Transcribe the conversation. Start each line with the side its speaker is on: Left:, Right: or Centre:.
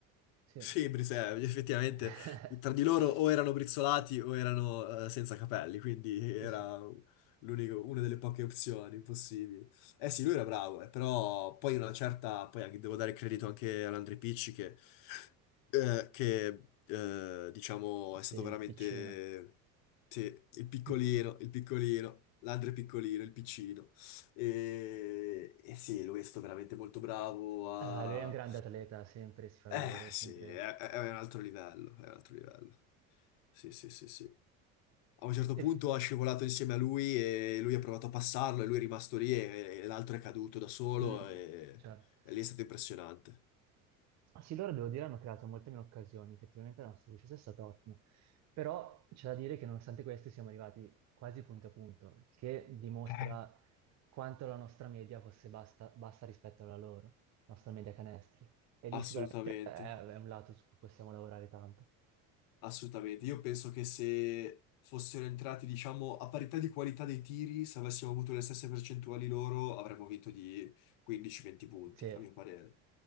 Right: Sì.
Left: Sì, Brise, effettivamente
Right: <laughs>
Left: tra di loro o erano brizzolati o erano eh, senza capelli, quindi
Right: Sì,
Left: era
Right: sì,
Left: l'unico- una delle poche opzioni possibili. Eh sì, lui era bravo, eh, però poi una certa, poi anche, devo dare credito anche all'Andre Picci che, eh, che, eh, diciamo
Right: sì,
Left: è stato
Right: il
Left: veramente
Right: piccino.
Left: sì, il piccolino,
Right: Mm.
Left: il piccolino, l'Andre piccolino, il piccino. E, e sì, lui è stato veramente molto bravo a
Right: Ah, lui è un grande atleta, sempre si fa
Left: eh
Right: vedere, sempre...
Left: sì, è, è- è un altro livello, è un altro livello. Sì, sì, sì, sì. A un certo
Right: Sì,
Left: punto ha scivolato insieme a lui e lui ha provato a passarlo e lui è rimasto lì e, e l'altro è caduto da solo
Right: mm,
Left: e,
Right: cioè,
Left: e lì è stato impressionante.
Right: ah, sì, loro devo dire hanno creato molte meno occasioni, effettivamente la nostra difesa è stata ottima, però c'è da dire che nonostante questo siamo arrivati quasi punto a punto, il che dimostra
Left: Eh.
Right: quanto la nostra media fosse basta- bassa rispetto alla loro, la nostra media canestri. E lì
Left: Assolutamente,
Right: sicuramente è è un lato su cui possiamo lavorare tanto.
Left: assolutamente. Io penso che se fossero entrati, diciamo, a parità di qualità dei tiri, se avessimo avuto le stesse percentuali loro, avremmo vinto di 15-20 punti,
Right: Sì,
Left: a mio parere.